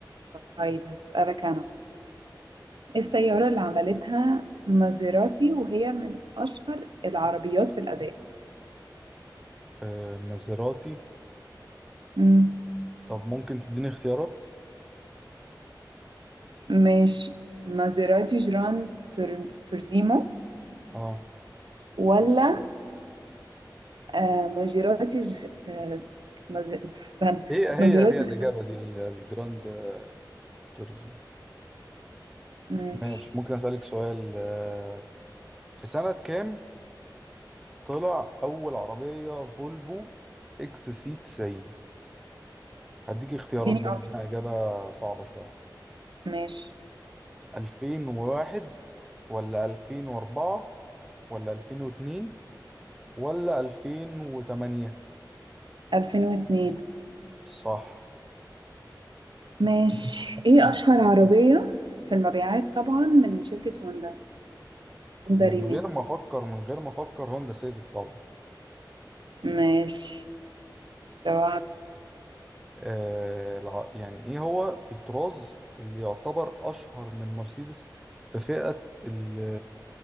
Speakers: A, on the right; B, in the centre.
A: طيب هسألك أنا إيه السيارة اللي عملتها مازيراتي وهي من أشهر العربيات في الأداء
B: آه، مازيراتي
A: مم.
B: طب ممكن تديني اختيارات؟
A: ماشي مازيراتي جران تور... تورزيمو
B: اه
A: ولا آه مازيراتي ج... آه مز... استنى
B: هي هي
A: مازيراتي
B: هي الإجابة دي ال- الجراند توريزم
A: ماشي
B: ماشي ممكن أسألك سؤال آه، في سنة كام طلع أول عربية فولفو إكس سي 90 هديك اختيارات
A: اديني
B: بما
A: أكتر
B: إنها إجابة صعبة شوية
A: ماشي
B: 2001 ولا 2004 ولا 2002 ولا 2008
A: 2002
B: صح
A: ماشي إيه أشهر عربية في المبيعات طبعا من شركة هوندا هوندا
B: من
A: ريميكس
B: غير ما أفكر من غير ما أفكر هوندا سيفيك طبعا
A: ماشي لو
B: آه، الع- يعني ايه هو الطراز اللي يعتبر اشهر من مرسيدس في فئة ال